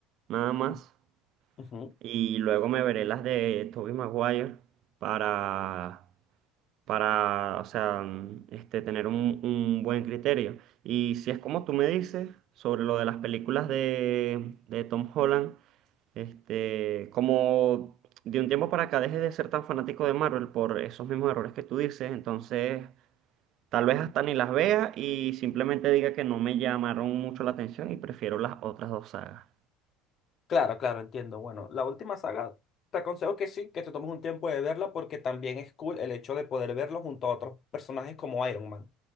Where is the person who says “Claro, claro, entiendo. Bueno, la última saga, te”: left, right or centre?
Left